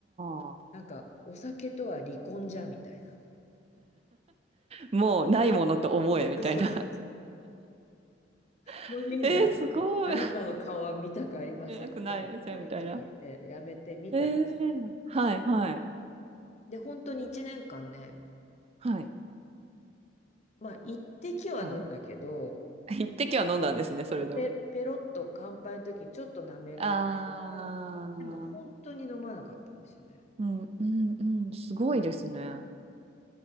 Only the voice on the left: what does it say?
なんか、お酒とは離婚じゃ、みたいな。
<laughs> そうそう金輪際、
あなたの顔は見たくありませんぐらいの勢いでやめてみたんです。
で、本当に1年間ね、
まあ、一滴は飲んだけど、
ペ、ペロッと乾杯の時にちょっと舐めるぐらいとか、
でも本当に飲まなかったんですよね。